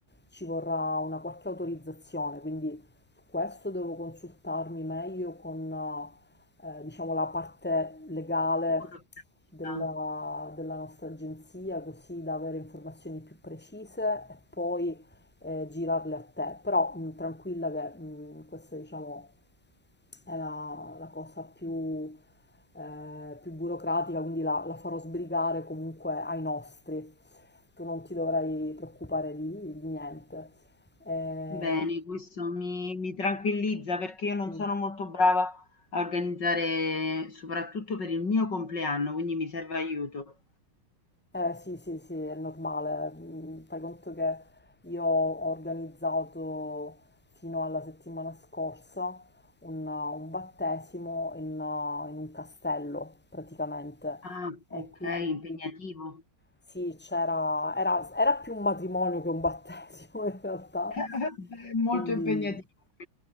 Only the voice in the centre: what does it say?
ci vorrà una qualche autorizzazione, quindi su questo devo consultarmi meglio con eh, eh, diciamo, la parte legale
della, della nostra agenzia, così da avere informazioni più precise e poi eh, girarle a te. Però mh, tranquilla che mh, questa, diciamo, è la, la cosa più, eh, più burocratica, quindi la, la farò sbrigare comunque ai nostri. Tu non ti dovrai preoccupare di, di niente. Eh,
e-
Eh sì, sì, sì, è normale. Mm, Fai conto che io ho organizzato fino alla settimana scorsa un, un battesimo in, in un castello praticamente
e
quindi
sì, c'era, era, era più un matrimonio che un battesimo <laughs> in realtà,
quindi